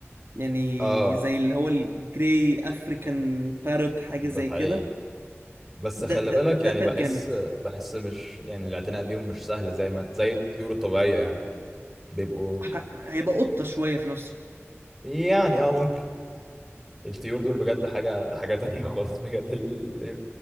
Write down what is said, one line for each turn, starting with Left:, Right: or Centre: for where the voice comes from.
Right: يعني
Centre: اه
Right: زي اللي هو الجراي افريكان بارت حاجة
Centre: ده
Right: زي
Centre: حقيقي
Right: كده
Centre: بس خلي
Right: ده
Centre: بالك
Right: ده
Centre: يعني
Right: ده بات
Centre: بحس
Right: جامد
Centre: بحس مش يعني الاعتناء بيهم مش سهل زي ما زي الطيور الطبيعية يعني بيبقوا
Right: ح- هيبقى قطة شوية في نفسه
Centre: يعني اه ممكن الطيور دول بجد حاجة حاجة تانية <laughs> خالص بجد ال-